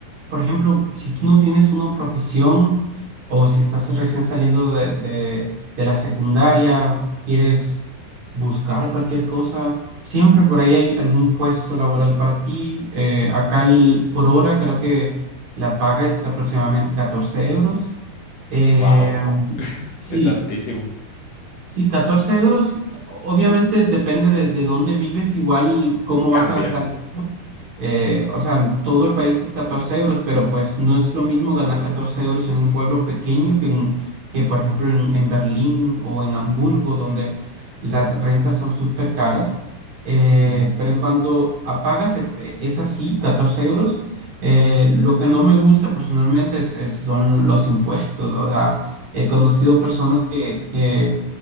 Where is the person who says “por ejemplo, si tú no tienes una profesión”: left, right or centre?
Right